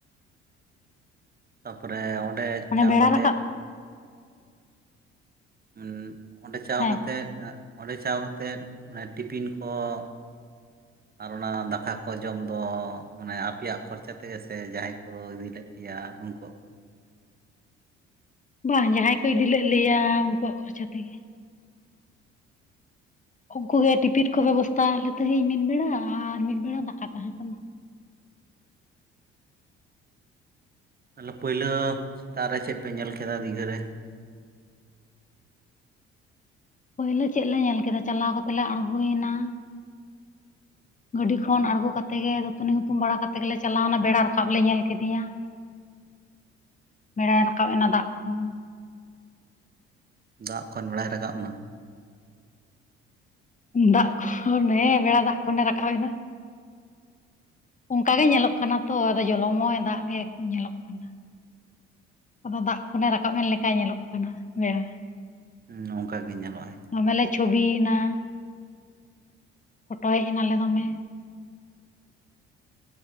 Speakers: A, on the right (about 30°); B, on the left (about 25°).
A: ᱛᱟᱯᱚᱨᱮ ᱚᱸᱰᱮ
B: ᱢᱟᱱᱮ
A: ᱪᱟᱣ
B: ᱵᱮᱲᱟ
A: ᱠᱟᱛᱮᱫ
B: ᱨᱟᱠᱟᱵ
A: ᱩᱸᱜ ᱚᱸᱰᱮ ᱪᱟᱣ
B: ᱦᱮᱸ
A: ᱠᱟᱛᱮᱫ ᱮᱸᱜ ᱚᱸᱰᱮ ᱪᱟᱣ ᱠᱟᱛᱮᱫ ᱚᱱᱮ ᱴᱤᱯᱤᱱ ᱠᱚ <inaudible> ᱟᱨ ᱚᱱᱟ ᱫᱟᱠᱟ ᱠᱚ ᱡᱚᱢ ᱫᱚ ᱚᱱᱮ ᱟᱯᱮᱭᱟᱜ ᱠᱷᱚᱨᱪᱟ ᱛᱮᱜᱮ ᱥᱮ ᱡᱟᱦᱟᱸᱭ ᱠᱚ ᱤᱫᱤᱞ ᱞᱮᱫ ᱯᱮᱭᱟ ᱩᱱᱠᱩᱣᱟᱜ ᱾
B: ᱵᱟᱝ ᱡᱟᱦᱟᱭ ᱠᱚ ᱤᱫᱤ ᱞᱮᱫ ᱞᱮᱭᱟ ᱩᱱᱠᱩᱣᱟᱜ ᱠᱷᱚᱨᱪᱟ ᱛᱮᱜᱮ᱾ ᱩᱱᱠᱩᱜ ᱜᱮ ᱴᱤᱯᱤᱱ ᱠᱚ ᱵᱮᱵᱚᱥᱛᱟ ᱟᱞᱮ ᱛᱟᱸᱦᱤᱡ ᱢᱤᱫ ᱵᱮᱲᱟ ᱟᱨ ᱢᱤᱫ ᱵᱮᱲᱟ ᱫᱟᱠᱟ ᱛᱟᱦᱮᱸ ᱠᱟᱱᱟ᱾
A: ᱛᱟᱦᱟᱞᱮ ᱯᱟᱹᱭᱞᱟᱹ ᱥᱮᱛᱟᱜ ᱨᱮ ᱪᱮᱫ ᱯᱮ ᱧᱮᱞ ᱠᱮᱫᱟ ᱫᱤᱜᱷᱟᱹᱨᱮ?
B: ᱯᱟᱹᱭᱞᱟᱹ ᱪᱮᱫ ᱞᱮ ᱧᱮᱞ ᱠᱮᱫᱟ ᱪᱟᱞᱟᱣ ᱠᱟᱛᱮ ᱞᱮ ᱟᱬᱜᱚᱭᱮᱱᱟ᱾
A: <inaudible>
B: ᱜᱟᱹᱰᱤ ᱠᱷᱚᱱ ᱟᱬᱜᱳ ᱠᱟᱛᱮ ᱜᱮ ᱫᱟᱹᱛᱟᱹᱱᱤ ᱦᱩᱛᱩᱢ ᱵᱟᱲᱟ ᱠᱟᱛᱮ ᱜᱮᱞᱮ ᱪᱟᱞᱟᱣᱱᱟ ᱵᱮᱲᱟ ᱨᱟᱠᱟᱵ ᱞᱮ ᱧᱮᱞ ᱠᱮᱫᱮᱭᱟ ᱾
A: <inaudible>
B: ᱵᱮᱲᱟᱭ ᱨᱟᱠᱟᱵ ᱮᱱᱟ ᱫᱟᱜ ᱠᱷᱚᱱ ᱾
A: ᱫᱟᱜ ᱠᱷᱚᱱ ᱵᱮᱲᱟᱭ ᱨᱟᱠᱟᱵ ᱱᱟ᱾
B: ᱫᱟᱜ ᱠᱷᱚᱱ ᱦᱮᱸ ᱵᱮᱲᱟ ᱫᱟᱜ ᱠᱷᱚᱱᱮ ᱨᱟᱠᱟᱵ ᱮᱱᱟ ᱾ ᱚᱝᱠᱟ ᱜᱮ ᱧᱮᱞᱚᱜ ᱠᱟᱱᱟ ᱛᱚ ᱟᱫᱚ ᱡᱚᱞᱚᱢᱚᱭ ᱫᱟᱜ ᱜᱮ ᱧᱮᱞᱚᱜ ᱠᱟᱱᱟ ᱾ ᱟᱫᱚ ᱫᱟᱜ ᱠᱷᱚᱱᱮ ᱨᱟᱠᱟᱵ ᱮᱱ ᱞᱮᱠᱟᱭ ᱧᱮᱞᱚᱜ ᱠᱟᱱᱟ ᱵᱮᱲᱟ ᱾
A: ᱦᱩᱸ ᱚᱝᱠᱟ ᱜᱮ ᱧᱮᱞᱚᱜ ᱟᱭ ᱾
B: ᱫᱚᱢᱮ ᱞᱮ ᱪᱷᱚᱵᱤᱭᱱᱟ, ᱯᱷᱚᱴᱚ ᱦᱮᱡ ᱮᱱᱟᱞᱮ ᱫᱚᱢᱮ ᱾